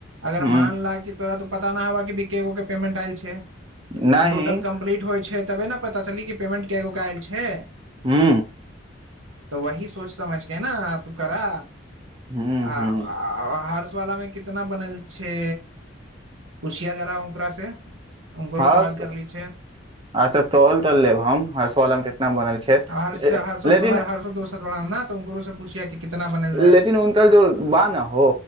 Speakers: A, on the right (about 85°); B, on the right (about 25°).
A: अगर
B: हूं
A: मान ल कि तोरा तो पता न हबा की भि केगो के पेमेंट आयल छै ओ
B: नहि
A: टोटल कम्प्लीट होइ छै तबे ने पता चलै कि पेमेन्ट कए गो आयल छै
B: हू
A: तऽ वही सोच समझके ना तू करअ
B: हूँ
A: आ
B: हूँ
A: अआ हर्ष वलाामे कितना बनल छै पूछिया औनकरा से उकरो
B: हर्ष
A: कॉल करली
B: अचछा
A: छै
B: तल तल लेब हम <unintelligible> छै
A: हर से हर स
B: लेकिन
A: तोहर हर सो दो स तोरा न तऽ उनकरो से पूछिया कि कितना बनल है
B: लेेकिन उनकर जो बा न हो